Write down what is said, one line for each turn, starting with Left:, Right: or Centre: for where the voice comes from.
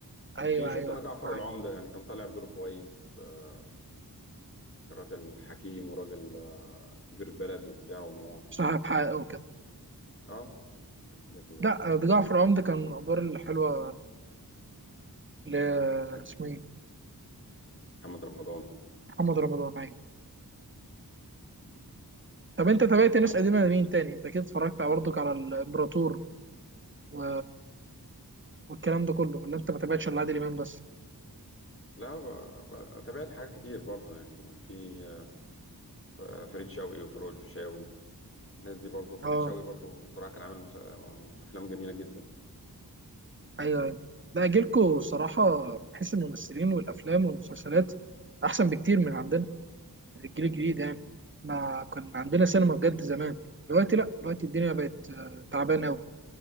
Right: ايوه
Left: في شفت
Right: ايوه
Left: انا
Right: ايوه
Left: جعفر
Right: معاك
Left: العمدة يعني كان طالع بدور كويس آه، كان راجل حكيم وراجل آه، كبير بلد وبتاع ومواقف
Right: صاحب حقه وكده
Left: اه بحب الحاجات دي برضه
Right: لا آه، ده جعفر العمدة كان من الادوار الحلوه ل
Left: كان
Right: اسمه ايه
Left: محمد رمضان
Right: محمد رمضان أيوة.
Left: مم.
Right: طب انت تابعت ناس
Left: طب
Right: قديمه لمين تاني انت اكيد اتفرجت على- برضك على الامبراطور و... والكلام ده كله ولا انت ما تابعتش الا عادل امام بس
Left: لا ب- ب- تابعت حاجات كتير برضو يعني في ف- فريد شوقي وفاروق الفيشاوي الناس دي برضو فريد
Right: اه
Left: شوقي برضو بصراحة كان عامل مسا- أفلام جميلة جدا
Right: ايوه ايوه لا جيلكوا الصراحه من حيث الممثلين والافلام والمسلسلات احسن بكتير من عندنا الجيل الجديد يعني ما كان عندنا سينما بجد زمان دلوقتي لا دلوقتي الدنيا بقت آه، تعبانه قوي